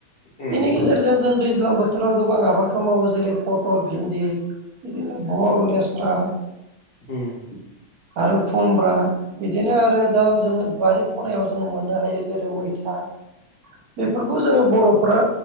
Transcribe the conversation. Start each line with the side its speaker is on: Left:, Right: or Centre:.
Left: उम
Right: बेनि गेजेरजों
Left: उम
Right: जों दै ज्लां बोथोराव गोबां आबादखौ मावो जेरै पटल, भिन्दि बिदिनो बहल, लेस्रा
Left: उम।
Right: आरो खुमब्रा बिदिनो आरो दा जोङो बारि खनायाव जों मोननो हायो जेरै मैथा बेफोरखौ जोङो बर'फ्रा